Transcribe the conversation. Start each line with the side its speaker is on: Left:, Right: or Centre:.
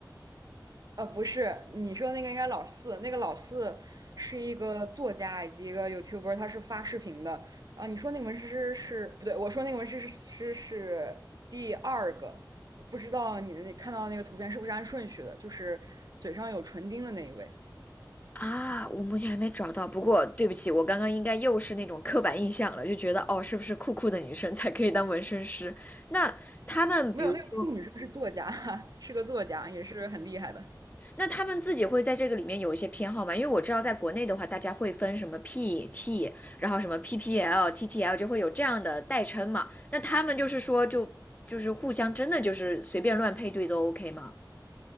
Right: 呃，不是，你说那个应该老四，那个老四是一个作家以及一个 YouTuber，他是发视频的。然后你说那个纹身师是不对，我说那个纹身师是是第二个，不知道你的那看到的那个图片是不是按顺序的？就是嘴上有唇钉的那一位，
Left: 啊？我目前还没找到，不过对不起，我刚刚应该又是那种刻板印象了，就觉得哦，是不是酷酷的女生才可以当纹身师？那他们比如说，
Right: 没有，那个酷女生是作家，<laughs> 是个作家，也是很厉害的。
Left: 那他们自己会在这个里面有一些偏好吗？因为我知道在国内的话，大家会分什么 PT，然后什么 PPL、TTL，就会有这样的代称嘛。那他们就是说就，就是互相真的就是随便乱配对都 OK 吗？